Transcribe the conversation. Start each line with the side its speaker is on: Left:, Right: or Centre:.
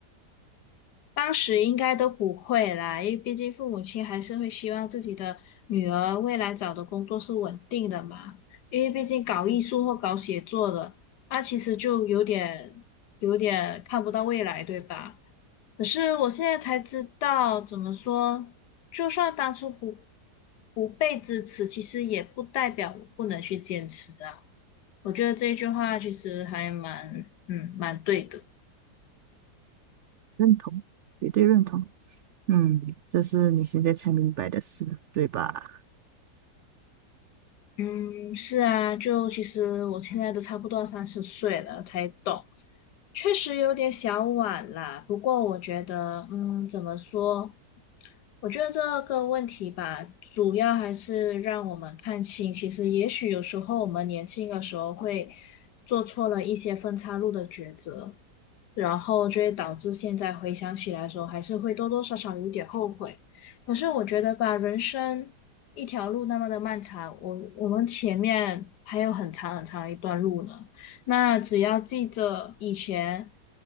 Left: 当时应该都不会啦，因为毕竟父母亲还是会希望自己的女儿未来找的工作是稳定的嘛。因为毕竟搞艺术或搞写作的，那、其实就有点有点看不到未来，对吧？可是我现在才知道，怎么说，就算当初不不被支持，其实也不代表我不能去坚持啊。我觉得这句话其实还蛮嗯蛮对的。
Right: 认同，绝对认同。嗯，这是你现在才明白的事，对吧？
Left: 嗯，是啊，就其实我现在都差不多三十岁了才懂，确实有点小晚啦，不过我觉得，嗯，怎么说？我觉得这个问题吧，主要还是让我们看清，其实也许有时候我们年轻的时候会做错了一些分岔路的抉择，然后就会导致现在回想起来的时候，还是会多多少少有点后悔。可是我觉得吧，人生一条路那么的漫长，我我们前面还有很长很长一段路呢。那只要记着以前